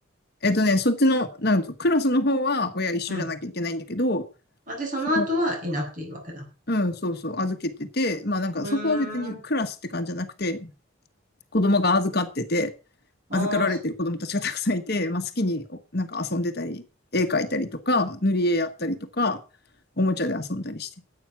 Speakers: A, on the left; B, on the right.
A: えっとね、そっちの、なんかクラスの方は親一緒じゃなきゃいけないんだけど、
B: うん。あ、で、その後はいなくていいわけだ。
A: その、うん、そうそう、預けてて、まあなんかそこは別にクラスって感じじゃなくて、
B: うーん。
A: 子供が預かってて、
B: ああ、
A: 預かられてる子供たちがたくさんいて、
B: そ
A: まあ好きになんか遊んでたり、絵描いたりとか、塗り絵やったりとか、おもちゃで遊んだりして。